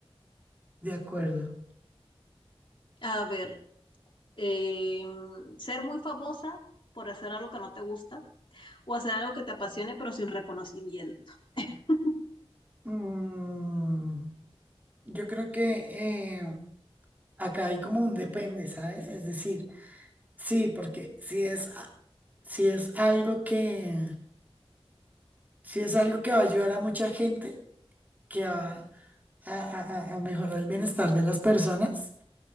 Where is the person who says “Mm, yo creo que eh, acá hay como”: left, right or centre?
Right